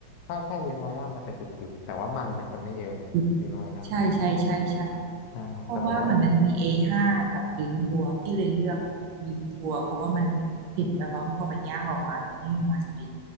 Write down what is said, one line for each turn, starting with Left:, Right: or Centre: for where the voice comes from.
Left: ถ้าใช่ลิมโม่ย่างมันจะกรุบๆแต่ว่ามันมันจะไม่เยอะนะลิมโม่ย่าง
Right: กรึบ ใช่ใช่ใช่ใช่
Left: ใช่แต่ผมว่า
Right: เพราะว่ามันมันมี A5 กับลิ้นวัวพี่เลยเลือกลิ้นวัวเพราะว่ามันเห็นแบบว่าพอมันย่างออกมาแล้วมันนี่มมันดี